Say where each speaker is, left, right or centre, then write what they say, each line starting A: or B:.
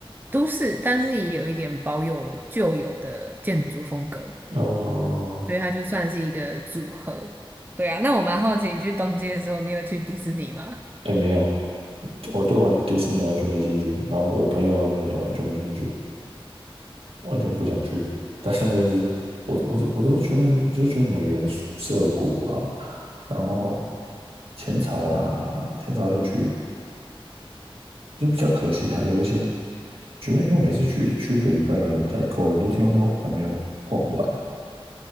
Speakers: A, on the right; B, on the right.
A: 都市，但是也有一点保有旧有的建筑风格，
B: 哦，
A: 所以它就算是一个组合。对啊，那我蛮好奇，你去东京的时候，你有去迪士尼吗？
B: 哎、没有，我对玩迪士尼完全没兴趣，然后我朋友他们也完全没兴趣，完全不想去。大家都是，我我我都觉得就觉得什么元素涩谷啊，然后浅草啦，浅草又去，就比较可惜，还有一些，觉得因为我每次去去一个礼拜，感觉不太够，很多地方都还没有逛完，